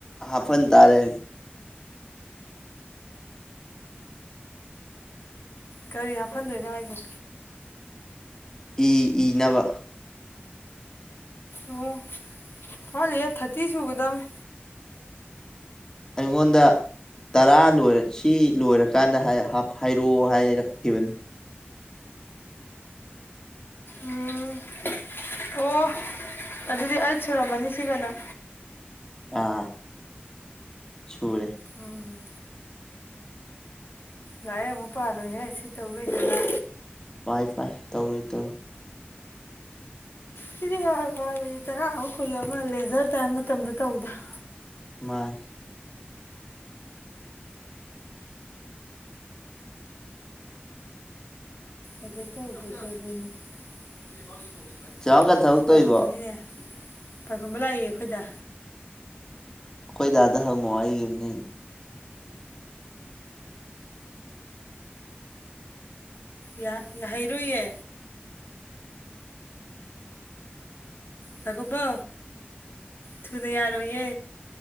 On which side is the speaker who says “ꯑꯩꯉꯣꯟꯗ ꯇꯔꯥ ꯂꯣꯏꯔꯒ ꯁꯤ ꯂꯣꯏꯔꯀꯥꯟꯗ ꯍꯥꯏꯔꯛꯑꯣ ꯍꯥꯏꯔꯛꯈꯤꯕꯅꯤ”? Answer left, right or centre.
Left